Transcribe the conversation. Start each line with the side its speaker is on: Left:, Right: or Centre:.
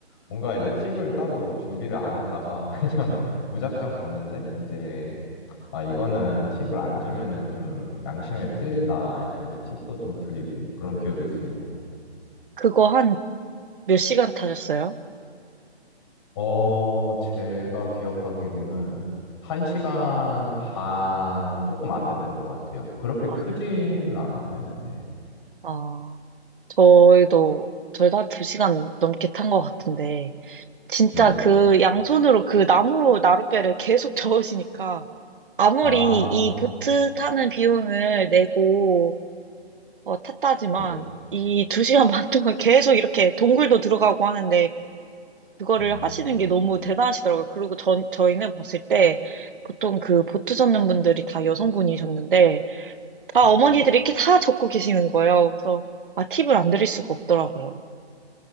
Left: 뭔가 이제 팁을 따로 준비를 안 했다가 <laughs> 그냥 무작정 갔는데 이제 아 이거는 팁을 안 주면은 좀 양심에 찔린다 해서 이제 팁도 좀 드리고 그런 기억이 있습니다.
Right: 그거 한 몇 시간 타셨어요?
Left: 어, 제가 기억하기로는 한시간반 조금 안 됐던 것 같아요. 그렇게
Right: 아,
Left: 크지는
Right: 그래요?
Left: 않아서요. 네.
Right: 아, 저희도, 저희도 한 두 시간 넘게 탄 것 같은데, 진짜
Left: 네.
Right: 그 양손으로 그 나무 나룻배를 계속 <laughs> 저으시니까, 아무리
Left: 아,
Right: 이 보트 타는 비용을 내고 어, 탔다지만
Left: 네.
Right: 이 두 시간 반 동안 계속 이렇게 동굴도 들어가고 하는데 그거를
Left: 음,
Right: 하시는 게 너무 대단하시더라고요. 그리고 전, 저희는 봤을 때 보통 그 보트 젓는 분들이 다 여성분이셨는데 다
Left: 네.
Right: 어머니들이 이렇게 다 젓고 계시는 거예요. 그래서 아, 팁을 안 드릴 수가 없더라고요.